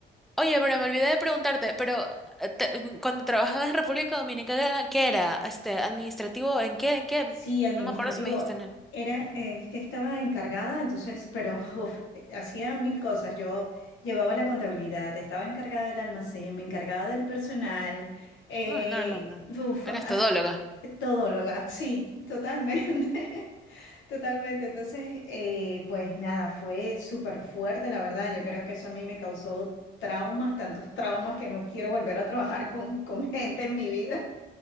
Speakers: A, in the centre; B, on the left (about 80°).
A: Oye, pero me olvidé de preguntarte, pero eh, te- mm, cuando trabajabas en República Dominicana, ¿qué era? Este, administrativo, ¿en qué? ¿En qué?
B: Sí, administrativo.
A: No me acuerdo si me dijiste. No,
B: Era, eh, es que estaba encargada, entonces, pero uf, hacía mil cosas. Yo llevaba la contabilidad, estaba encargada del almacén, me encargaba del personal, eh,
A: no, no, hermana.
B: uf,
A: Eras
B: as-
A: todóloga.
B: todo lo, ah, sí, totalmente, <laughs> totalmente. Entonces, eh, pues nada, fue súper fuerte, la verdad. Yo creo que eso a mí me causó traumas, tantos traumas que no quiero volver a trabajar con, con gente en mi vida.